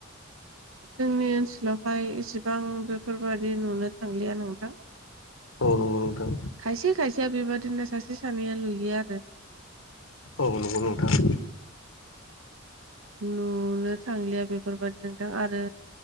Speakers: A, on the right (about 80°); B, on the left (about 80°).
A: जोंनि ओनसोलावहाय इसिबां बेफोरबादि नुनो थांलिया नोंथां।
B: औ नंगौ नोंथां
A: खायसे खायसे बेबायदिनो सासे सानैया लुयो आरो।
B: औ नंगौ नोंथां
A: नुनो थांलिया। बेफोरबायदि नोंथां आरो